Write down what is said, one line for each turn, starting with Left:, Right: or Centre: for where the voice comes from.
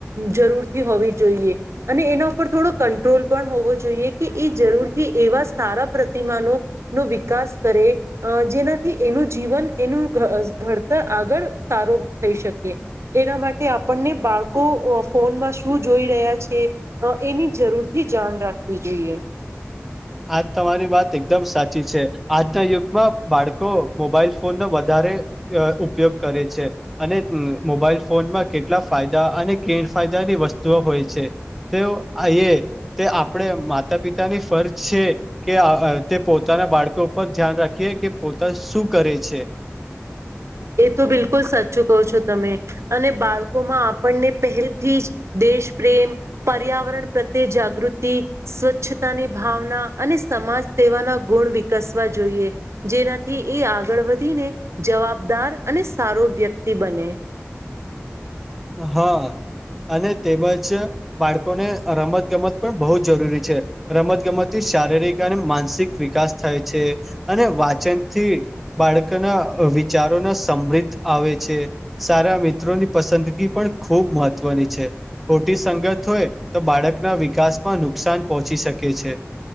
Right: જરૂરથી હોવી અને એના ઉપર થોડો કંટ્રોલ પણ હોવો જોઈએ કે એ જરૂરથી એવા સારા પ્રતિમાનો નો વિકાસ કરે જેનાથી એનું જીવન એનું ઘડતર આગળ સારો થઈ શકે એના માટે આપણને બાળકો ફોનમાં શું જો જોઈ રહ્યા છે એની જરૂરથી જાણ રાખવી જોઈએ.
Centre: આજ તમારી વાત એકદમ સાચી છે. આજ ના યુગમાં બાળકો મોબાઈલ ફોનનો વધારે ઉપયોગ કરે છે અને મોબાઈલ ફોનમાં કેટલા ફાયદા અને ગેરફાયદાની વસ્તુઓ હોય છે. તે આ તે આપણે માતા પિતાની ફરજ છે કે તે પોતાના બાળકો ઉપર ધ્યાન રાખીએ કે પોતા શું કરે છે. <inaudible>
Right: એ તો બિલકુલ સાચું કહો છો તમે અને બાળકોમાં આપણને પહેલથી જ દેશ પ્રેમ, પર્યાવરણ પ્રત્યે જાગૃતિ, સ્વચ્છતાની ભાવના અને સમાજ સ સેવાના ગુણ વિકસવા જોઈએ જેનાથી એ આગળ વધીને જવાબ જવાબદાર અને સારો વ્યક્તિ બને.
Centre: હા અને તેમજ બાળકોને રમત ગમત પણ બહુ જ જરૂરી છે રમતગમતથી શારીરિક અને માનસિક વિકાસ થાય છે. અને વાચનથી બાળકોના વિચારો ના સમૃદ્ધ આવે છે. સારા મિત્રોની પસંદી પણ ખૂબ મહત્વની છે. ખોટી સંગત હોય તો બાળકના વિકાસમાં નુકસાન પહોંચી શકે છે.